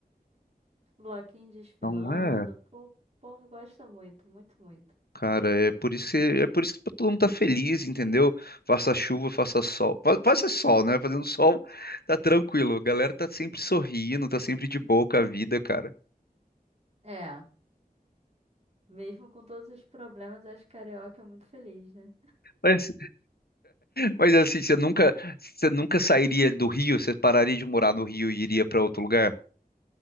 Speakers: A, on the right; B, on the left.
A: Bloquinho desfilando,
B: Não é,
A: pô, o povo gosta muito, muito, muito.
B: cara, é por isso que é por isso que tá todo mundo tá feliz, entendeu? Faça chuva, faça sol. Fa- Faça sol, né? Fazendo sol, tá tranquilo. A galera tá sempre sorrindo, tá sempre de boa com a vida, cara.
A: É, mesmo com todos os problemas, acho que carioca é muito feliz, né?
B: <laughs> Mas, mas assim, você nunca, você nunca sairia do Rio, você pararia de morar no Rio e iria pra outro lugar?